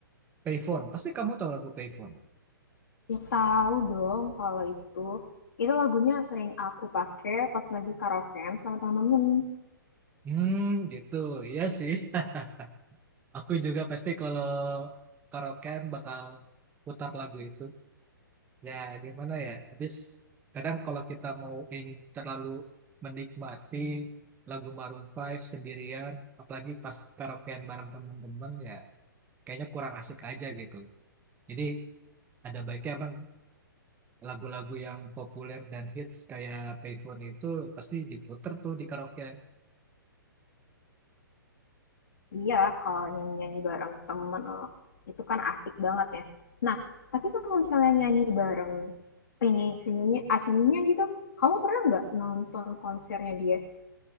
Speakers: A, on the right (about 15°); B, on the left (about 60°).
A: Payphone. Pasti kamu tahu lagu Payphone.
B: Ya tahu dong kalau itu. Itu lagunya sering aku pakai pas lagi karaokean sama temen-temen.
A: Hmm, gitu. Iya sih. <laughs> Aku juga pasti kalau karaokean bakal putar lagu itu. Ya, gimana ya? Habis kadang kalau kita mau en terlalu menikmati lagu Maroon Five sendirian, apalagi pas karaokean bareng temen-temen ya, kayaknya kurang asik aja gitu. Jadi ada baiknya emang lagu-lagu yang populer dan hits kayak Payphone itu pasti diputer tuh di karaokean.
B: Iya, kalau nyanyi-nyanyi bareng temen eh, itu kan asik banget ya. Nah, tapi kalau misalnya nyanyi bareng penyanyi sininya aslinya gitu, kamu pernah nggak nonton konsernya dia?